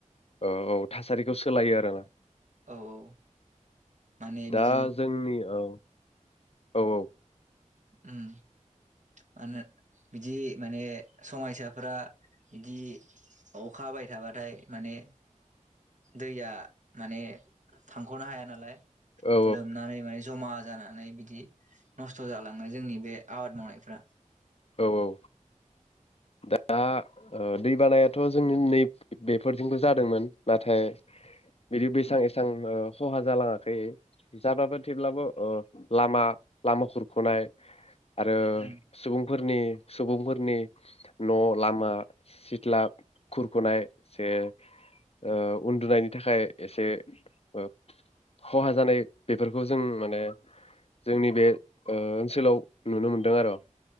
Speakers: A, on the left; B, on the right.
A: औ औ थासारिखौ सोलायो आरोना।
B: औ औ माने
A: दा
B: बिदि
A: जोंनि औ औ औ
B: ओम मानो बिदि माने समायसाफोरा बिदि अखा हाबाय थाबाथाय माने दैया माने थांख'नो हाया नालाय।
A: औ
B: लोमनानै माने जमा जानानै बिदि नस्थ' जाला नाय जोंनि बे आबाद मावनायफ्रा।
A: औ औ दा ओ दै बानायाथ' जोंनि नै बेफोरथिंबो जादोंमोन नाथाय बिदि बेसां एसां ओ खहा जालाङाखै। जाब्लाबो थेवब्लाबो ओ लामा लामा खुरख'नाय आरो
B: उम
A: सुबुं फोरनि सुबुंफोरनि न', लामा, सिथ्ला खुरख'नाय से ओ उन्दुनायनि थाखाय एसे खहा जानाय बेफोरखौ जों माने जोंनि बे ओनसोलाव नुनो मोनदों आरो।